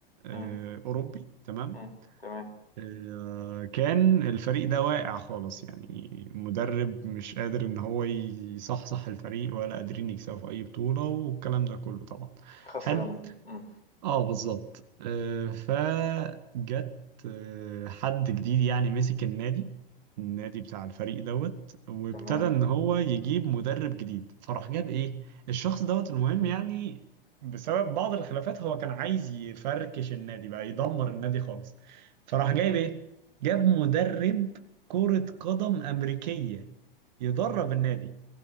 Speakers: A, on the right; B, on the left.
A: آه،
B: مم،
A: أوروبي تمام؟
B: مم، تمام
A: آه، كان الفريق ده واقع خالص يعني مدرب مش قادر إن هو يصحصح الفريق ولا قادرين يكسبوا في أي بطولة والكلام ده كله طبعا
B: خسران
A: حلو
B: مم،
A: اه بالظبط آه، فجت آه، حد جديد يعني مسك النادي النادي بتاع الفريق دوت وابتدى
B: تمام
A: ان هو يجيب مدرب جديد فراح جاب ايه الشخص دوت المهم يعني بسبب بعض الخلافات هو كان عايز يفركش النادي بقى يدمر النادي خالص فراح جايب ايه جاب مدرب كرة قدم أمريكية يدرب النادي